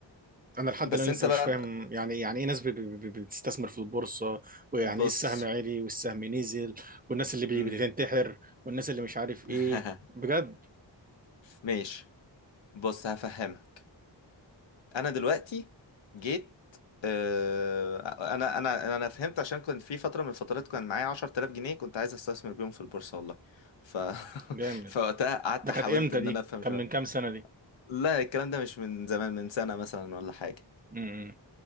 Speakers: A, on the right; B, on the left.
A: انا لحد
B: بس
A: الان لسه
B: أنت بقى
A: مش فاهم يعني يعني ايه ناس بي- بي- بي- بتستثمر في البورصه ويعني
B: بص
A: ايه السهم عالي والسهم نزل والناس اللي بي-
B: مم.
A: بتنتحر والناس اللي مش عارف
B: <laughs>
A: ايه بجد
B: ماشي بص هفهمك انا دلوقتي جيت آه، انا انا انا فهمت عشان كنت في فتره من الفترات كان معايا 10000 جنيه كنت عايز استثمر بيهم في البورصه والله ف <laughs>
A: جامد
B: فوقتها قعدت
A: ده كانت
B: حاولت
A: امتى
B: ان
A: دي
B: انا افهم
A: كان
B: شويه
A: من كام سنه دي
B: لا الكلام ده مش من زمان من سنه مثلا ولا حاجه
A: امم